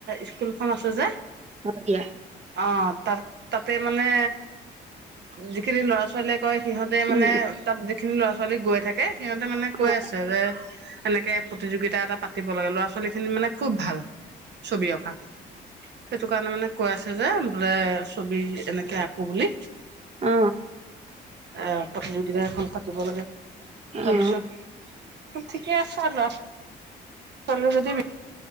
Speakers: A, on the right (about 60°); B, on the right (about 35°).
A: স্কুল খং আছে যে
B: হ'ব দিয়া
A: অ- তাত তাতে মানে যিখিনি ল'ৰা ছোৱালীয়ে কয় সিহঁতে মানে
B: উম
A: তাত কি <unintelligible> ছোৱালী গৈ থাকে সিহঁতে মানে কৈ
B: উম অ
A: আছে আৰু এ এনেকে প্ৰতিযোগিতা এটা পাতিব লাগে ল'ৰা ছোৱালীক খিনি মানে খুব ভাল তুমি অকা সেইটো মানে পাচ হাজাৰ বোলে ছবি এনেকা কুবলি
B: অ উম উম অ অ অ
A: অ প্ৰতিযোগিতা এখন পাতিব লাগে ।
B: অ
A: তাৰপিছত ঠিকে আছে আৰু ল'ৰা ছোৱালী চলো যদি